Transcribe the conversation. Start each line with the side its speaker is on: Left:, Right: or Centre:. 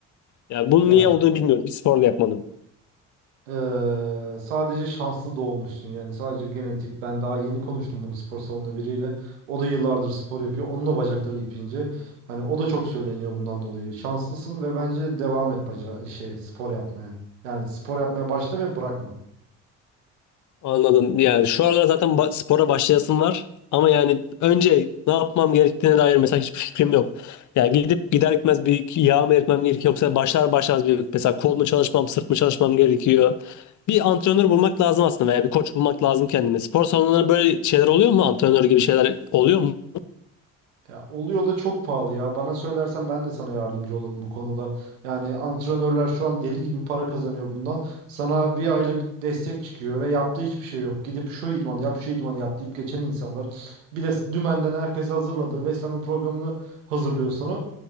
Left: Yani bunun
Right: Ya
Left: niye olduğunu bilmiyorum. Hiç spor da yapmadım.
Right: Eee, sadece şanslı doğmuşsun yani sadece genetik. Ben daha yeni konuştum bunu spor salonu biriyle. O da yıllardır spor yapıyor. Onun da bacakları ipince. Hani o da çok söyleniyor bundan dolayı. Şanslısın ve bence devam et baca şey spor yapmaya. Yani spor yapmaya başla ve bırakma.
Left: Anladım. Yani şu aralar zaten ba- spora başlayasım var. Ama yani önce ne yapmam gerektiğine dair mesela hiçbir fikrim yok. Yani gidip gider gitmez bir iki yağ mı eritmem gerekiyor yoksa başlar başlamaz bir mesela kol mu çalışmam, sırt mı çalışmam gerekiyor. Bir antrenör bulmak lazım aslında veya bir koç bulmak lazım kendime. Spor salonlarında böyle şeyler oluyor mu? Antrenör gibi şeyler oluyor mu?
Right: Ya oluyor da çok pahalı ya. Bana söylersen ben de sana yardımcı olurum bu konuda. Yani antrenörler şu an deli gibi para kazanıyor bundan. Sana bir aylık destek çıkıyor ve yaptığı hiçbir şey yok. Gidip şu idmanı yap, şu idmanı yap deyip geçen insanlar. Bir de dümenden herkes hazırladı. Beslenme programını hazırlıyor sana.